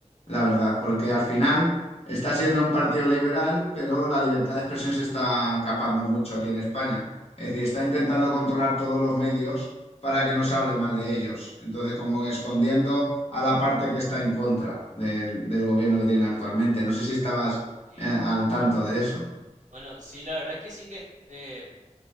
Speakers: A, on the left; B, on the right.
A: la verdad, porque al final... Está siendo un partido liberal, pero la libertad de expresión se está capando mucho aquí en España. Es decir, está intentando controlar todos los medios para que no se hable mal de ellos. Entonces, como escondiendo a la parte que está en contra del, del gobierno que tienen actualmente. No sé si estabas
B: Sí.
A: eh, al tanto de eso.
B: Bueno, sí, la verdad es que sí que eh,